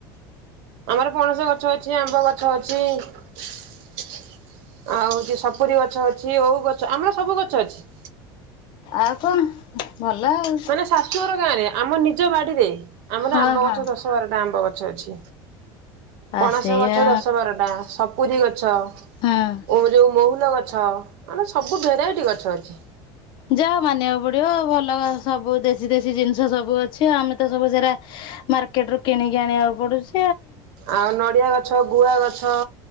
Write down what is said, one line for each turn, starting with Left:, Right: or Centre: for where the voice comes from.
Right: ଆମର ପଣସ ଗଛ ଅଛି, ଆମ୍ବ ଗଛ ଅଛି। ଆଉ ଚି ସପୁୁରୀ ଗଛ ଅଛି, ଓଉ ଗଛ ଆମର ସବୁ ଗଛ ଅଛି।
Left: ଆଉ କଣ ଭଲ ଆଉ।
Right: ଶାଶୁ ଘର ଗାଁ ରେ, ଆମ ନିଜ ବାଡିରେ ଆମର
Left: ହଁ
Right: ଆମ୍ବ ଗଛ
Left: ହଁ।
Right: ଦ ଶ ବାରଟା ଆମ୍ବ ଗଛ ଅଛି,
Left: ଆ
Right: ପଣସ
Left: ସେଇଆ
Right: ଗଛ ଦଶ ବାରଟା। ସପୁୁରୀ ଗଛ
Left: ହଁ
Right: ଓ ଯଉ ମହୁଲ ଗଛ ମାନେ ସବୁ ଭେରାଇଟି ଗଛ ଅଛି।
Left: ଯାହା ହୋଉ ମାନିବାକୁ ପଡିବ ଭଲ ସବୁ ଦେଶୀ ଦେଶୀ ଜିନିଷ ସବୁ ଅଛି, ଆମେ ତ ସବୁ ସେରା ମାର୍କେଟ ରୁ କିଣିକି ଆଣିବାକୁ ପଡୁଚି।
Right: ଆଉ ନଡ଼ିଆ ଗଛ, ଗୁଆ ଗଛ।